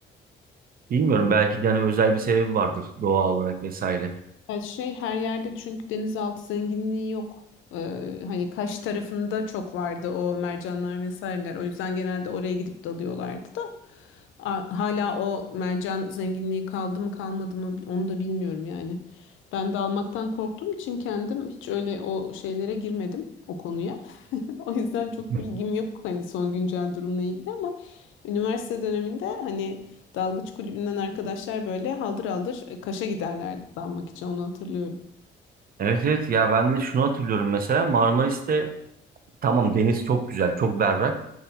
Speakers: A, on the right; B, on the left.
A: Bilmiyorum
B: Hı.
A: belki de hani özel bir sebebi vardır doğa olarak vesaire.
B: Ya şey her yerde çünkü denizaltı zenginliği yok. Ee, hani Kaş tarafında çok vardı o mercanlar vesaireler. O yüzden genelde oraya gidip dalıyorlardı da. A- Hala o mercan zenginliği kaldı mı kalmadı mı onu da bilmiyorum yani. Ben dalmaktan korktuğum için kendim hiç öyle o şeylere girmedim o konuya. <laughs> O yüzden çok
A: <laughs>
B: bilgim yok hani son güncel durumla ilgili ama üniversite döneminde hani Dalgıç kulübünden arkadaşlar böyle haldır haldır e, Kaş'a giderlerdi dalmak için onu hatırlıyorum.
A: Evet evet ya ben de şunu hatırlıyorum mesela Marmaris'te tamam deniz çok güzel, çok berrak.